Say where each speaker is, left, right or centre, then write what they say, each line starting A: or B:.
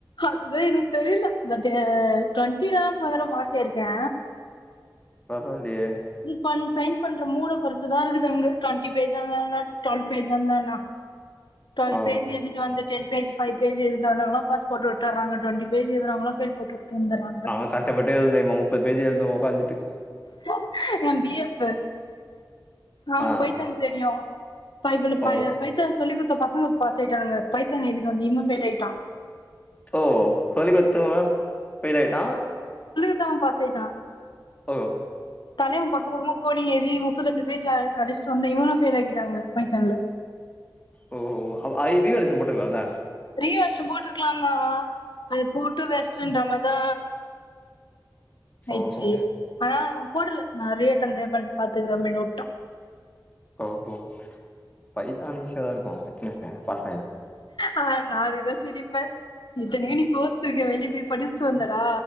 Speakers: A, on the left; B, on the left.
A: அதுதா எனக்கு தெரியல பட்டு டுவெண்டிலால முதல்ல பாஸ்சா இருக்கே
B: பரவாயில்லையே
A: பண் சைன் பண்ற மூட பொறுத்துதா இருக்குது அங்க டுவெண்டி பேஜந்தா டுவல் பேஜ் இருந்தானா டுவெல்
B: ஓ
A: பேஜ் எழுதிட் வந்துட்டு பேஜ்ஃபைவ் பேஜ் எழுதாத வங்களா பாஸ்போர்ட் விட்டுர்றங்க டுவண்டி பேஜ் எழுதுரவங்களா ஃபெயில் போட்டு விட்டு வந்துடுறாங்க
B: நாங்க கஷ்டப்பட்டு எழுதுவோ முப்பது பேஜி எழுதுவோ வந்துட்டு
A: ம்மா என் பிஎஸ் சர் அவனு
B: ஆ
A: போய் தங் தெரியு பைபல் பய
B: ஓ
A: பைத்த சொல்லி குடுத் இப்ப பசங்க பாஸ்ஆயிட்டாங்க பைத்தன் எழுத்தி வந்து இவே ஃபெயில் ஆயிட்டா
B: ஓ சொல்லிக்குடுத்தவ ஃபெயில் ஆயிட்டா
A: அடுத்தவ பாஸ் ஆயிட்டா
B: ஓ
A: தலைவன் பக்க பக்கமா கோடிங்க ஏழுதி முப்பத்தி ரெண்டு பேஜ் அடிச்சிட்டு வந்த இவன்னு ஃபெயில் ஆகிட்டாங்க பைதான்ல
B: ஓ ஐ ரீ வேல்யூஷன் போட்டுக்கலாம்ல்ல
A: த்ரீ வருஷோ போட்டு க்கலாங்க அது போட்டு வேஸ்டன்ற மாரிதா ஆயிச்சு
B: ஓஹோ
A: ஆனா போடல நா ரீ அட்டம்டே பாத்துக்கிறே அப்டின் வுட்டா
B: ஓஹோ பைதான் ஈஸியா தா இருக்கு வச்சிருக்கே ஃபர்ஸ்
A: ஆ நா வித சிரிப்பே இத்தனைக்கு நீ கோர்ஸ்ருக்கே வெளி போய் படி சுந்தரா